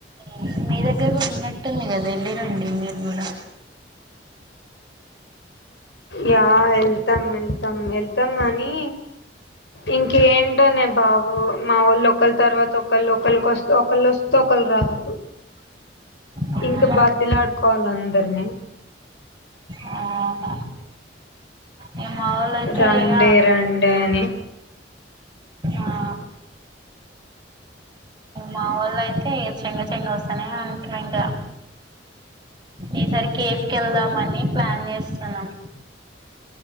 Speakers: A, on the right; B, on the left.
A: హ్మ్ మెదక్ దగర్ ఉన్నట్టుంది గదా ఎల్లిరండి మీరు కూడా
B: యా ఎళ్తమ్ ఎళ్తామ్ ఎళ్తమ్ గానీ ఇంకెన్ ఏంటోనే బాబు మా వోళ్ళో ఒకళ్ తర్వాత ఒకళ్ ఒకళ్ కోస్తే ఒకళ్ ఒస్ ఒకల్ రారు
A: అవును
B: ఇంక్ బతిలాడుకోవాలి అందర్ని
A: ఆహ య <unintelligible> మావోలయితే
B: రండి
A: ఇగ
B: రండి అని
A: ఆ మావోలయి తే చెంగ చెంగా వస్తానే ఉంట్రూ ఇంకా.. ఈసారి కేఫ్ కెల్ దామని ప్లాన్ చేస్తున్నాం